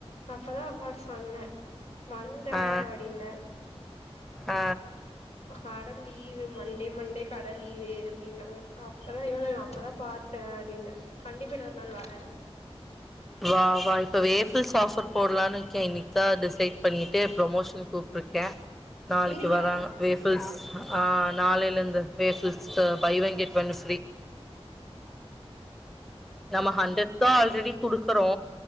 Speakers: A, on the left; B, in the centre.
A: அப்பதா அப்பாட்ட சொன்னே வந்த
B: ஆ
A: அப்டின்னே
B: ஆ
A: கட லீவு மண்டே மண்டே கட லீவு அப்டின்னாங்க அப்பதா <unintelligible> அப்பதா பாத் தே அப்டின்னே கண்டிப்பா இன்னொரு நாள் வர
B: வா வா இப்போ வேபஸ் ஆஃபர்போடலானு இருக்கே இன்னைக் தா டிசைட் பண்ணிட்டு ப்ரொமோஷன் கூப்ட்ருக்கே நாளைக்கி
A: இன்னைக்கா
B: வர்ராங்க வேப் பஸ் ஆ நாளைலருந்து வேபஸ்ட்ட buy one get one free நம்ம ஹண்டரட் தா ஆல்ரெடி குடுக்குறோ